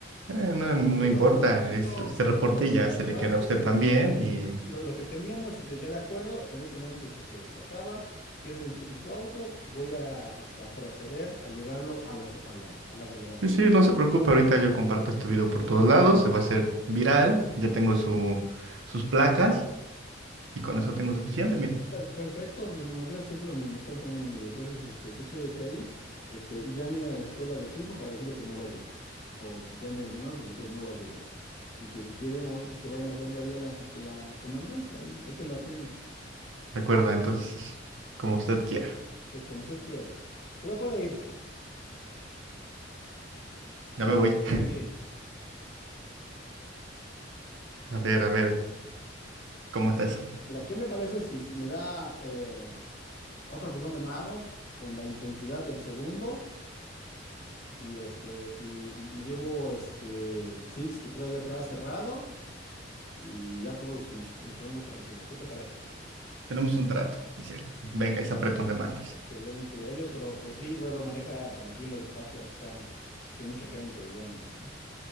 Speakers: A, on the right (about 85°); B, on the left (about 55°).
A: eh, no,
B: ¿quieres
A: no
B: hacerlo,
A: importa.
B: güero? Pues hazlo,
A: es- Ese
B: pues
A: reporte
B: hazlo, pero
A: ya
B: mira,
A: se
B: pues
A: le
B: sabes
A: queda
B: que
A: a usted también y...
B: lo, lo que teníamos de- ya de acuerdo, en este momento se, se, se acaba, quedes en su, en su auto, voy a, este, a proceder a llevarlo a la, so- a la, a la delegación.
A: Sí, sí, no se preocupe, ahorita yo comparto este video por todos lados, se va a hacer viral, ya tengo su, sus placas, Y con eso tengo suficiente, mire.
B: Per- perfecto, no, no, no creas que eso me, me espanta a mi amigo. Entonces, este, entonces quédese ahí, este, y llame a la escuela de su hijo para decirle que no va a llegar. O llame a alguien más porque usted no va a llegar. Y que si quieren algo, pues que vayan a verlo ahí a la, a la comandancia, ahí, hay que lo atiendan.
A: Recuerda, entonces, como usted quiera.
B: Pues como usted quiera. Todavía puede irse, ¿eh?
A: Ya
B: Todavía
A: me voy.
B: puede
A: <laughs>
B: irse bien.
A: A ver, a ver, ¿cómo está eso?
B: Mira, ¿qué le parece si si me da eh, otro apretón de manos con la intensidad del segundo? Y este, y me llevo este el Six que trae atrás cerrado y ya todos nos, nos ponemos tranquilos. ¿Qué te parece?
A: Tenemos un trato, oficial. Venga ese apretón de manos.
B: Excelente. Oye, pero pues sí, güero, maneja tranquilo, despacio, aquí está, que hay mucha gente y bueno, ¿no?